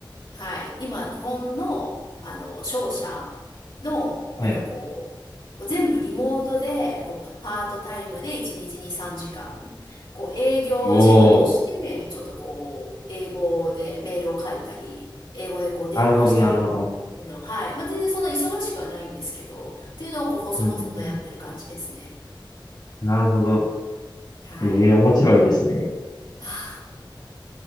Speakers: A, on the left (about 80°); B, on the left (about 55°).
A: はい。今、日本の、あの、商社の、
B: はい。
A: なんかこう、全部リモートで、こう、パパートタイムで1日に3時間、こう、営業事務として、
B: おー。
A: ちょっとこう、英語でメールを書いたり、英語でこう、電話したりっていうの、
B: なるほど、なるほど。
A: はい。まあ、全然そんな忙しくはないんですけど、っていうのをこう、細々とやってる感じですね。
B: うんうんうん。なるほど。
A: はい。
B: ええ、面白いですね。
A: あー